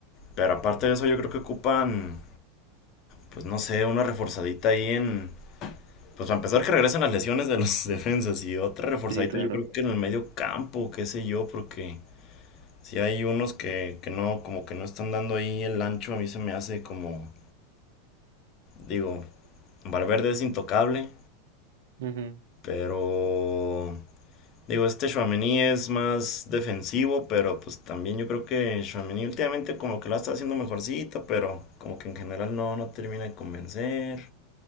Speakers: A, on the left (about 35°); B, on the right (about 75°).
A: Pero aparte de eso, yo creo que ocupan, pues no sé, una reforzadita ahí en. Pues para empezar, que regresen las lesiones de los <laughs> defensas y otra reforzadita,
B: Sí, claro.
A: yo creo que en el medio campo, qué sé yo, porque si hay unos que, que no, como que no están dando ahí el ancho, a mí se me hace como, digo, Valverde es intocable,
B: Ujú.
A: pero Digo, este Chouameni es más defensivo, pero pues también yo creo que Chouameni últimamente como que lo está haciendo mejorcito, pero como que en general no, no termina de convencer.